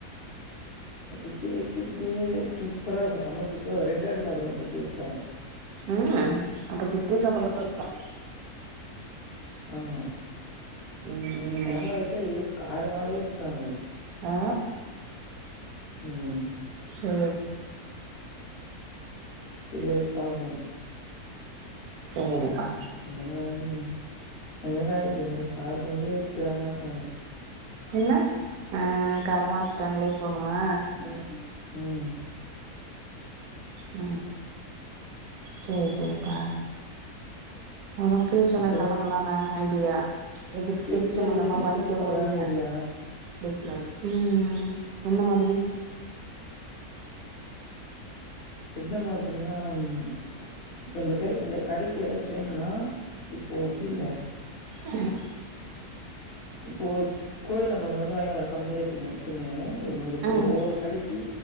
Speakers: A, on the left; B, on the right.
A: என் சித்தி வைக்கறது சூப்பரா இருக்கூ செம சூப்பரா இருக்கூ ரெண்டுவாட்டி சாப்டுவ சித்தி வெச்சா
B: அ அப்ப சித்தி <unintelligible>
A: ஆமா
B: ம் ம்
A: எங்கம்மா வெச்சா இரு காரமாவே வச்சிருவாங்க
B: ஆ
A: ம்.
B: அ
A: இது வெருப்பாகும்
B: சேரிப்பா
A: என்னடா இது என்னடா இது ஒரு கார கொழம்பே வச்சறாங்களான் தோணும்
B: என்ன ஆ காரமாச்சுட்டாங்களேன்னு தோணுமா
A: ம், ம்.
B: அ சேரி சேரிப்பா அப்றொ ஃபியூச்சர்ல
A: அப்புறம்
B: என்ன பண்ணலானு ஐடியா எதுக்
A: ஃபியூச்சர்ல
B: எது சம்பந்தமா
A: பிசினஸ்
B: படிக்க
A: பண்ணலான்னு
B: போறிங்க
A: ஐடியா.
B: பிஸ்னஸ் ம் எந்த மாதிரி
A: எந்த மாதிரினா ம் இப்ப இந்த க இந்த கடைக்கி எதாச்சு வேணுன்னா இப்போ அப்டில்ல
B: ம்
A: இப்போ ஒரு கோயொ நம்ம இங்கந்து வாய்ன்வரொ கம்மி ரேட்டுக்கு மொத்தமே ஒரு நூறு கிலோ
B: ம்
A: ஒவ்வொரு கடைக்கி